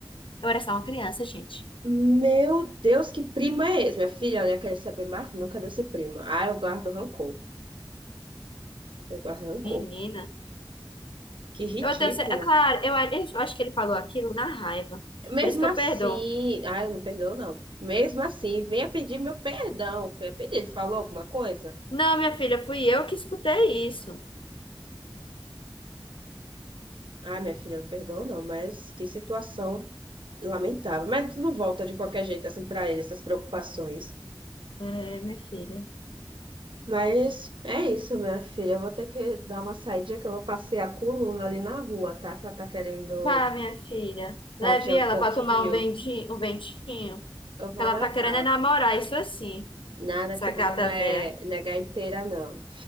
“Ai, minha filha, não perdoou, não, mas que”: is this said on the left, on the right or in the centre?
Right